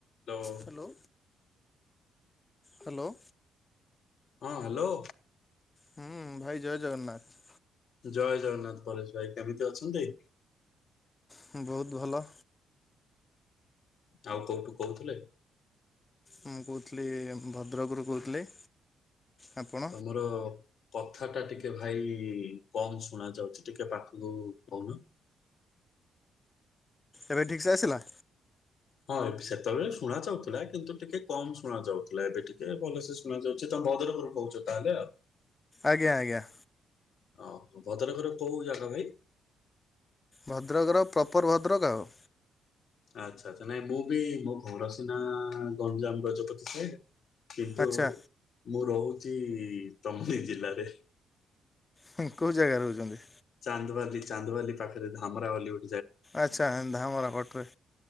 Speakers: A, on the left; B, on the left.
A: Hello
B: hello hello.
A: ହଁ hello.
B: ହୁଁ ଭାଇ ଜୟ ଜଗନ୍ନାଥ।
A: ଜୟ ଜଗନ୍ନାଥ ପରେଶ ଭାଇ କେମିତି ଅଛନ୍ତି?
B: ହଁ ବୋହୁତ ଭଲ।
A: ଆଉ କୋଉଠୁ କହୁଥିଲେ?
B: ମୁଁ କହୁଥିଲି ଭଦ୍ରକରୁ କହୁଥିଲି। ଆପଣ
A: ତମର କଥା ଟା ଟିକେ ଭାଇ କମ୍ ଶୁଣା ଯାଉଛି ଟିକେ ପାଖକୁ କହୁନ।
B: ଏବେ ଠିକସେ ଆସିଲା?
A: ହଁ ଏବେ ସେତେବେଳେ ଶୁଣା ଯାଉଥିଲା କିନ୍ତୁ ଟିକେ କମ ଶୁଣା ଯାଉଥିଲା ଏବେ ଟିକେ ଭଲସେ ଶୁଣାଯାଉଛି ତ ଭଦ୍ରକରୁ କହୁଛ ତାହେଲେ ଆଉ।
B: ଆଜ୍ଞା ଆଜ୍ଞା।
A: ହଁ ଭଦ୍ରକର କୋଉ ଜାଗା ଭାଇ?
B: ଭଦ୍ରକର ପ୍ରପର୍ ଭଦ୍ରକ ଆଉ।
A: ଆଛା ଆଛା ନାଇଁ ମୁଁ ବି ମୋ ଘର ସିନା ଗଞ୍ଜାମ ଗଜପତି ସେ କିନ୍ତୁ
B: ଆଚ୍ଛା
A: ମୁଁ ରହୁଛି ତମରି ଜିଲ୍ଲାରେ।
B: ହୁଁ କଉ ଜାଗାରେ ରହୁଛନ୍ତି?
A: ଚାନ୍ଦବାଲି ଚାନ୍ଦବାଲି ପାଖରେ ଧାମରାବାଲି ଗୋ
B: ଆଚ୍ଛା ଆନ୍ଧାମଳ ପଟ୍ରେ।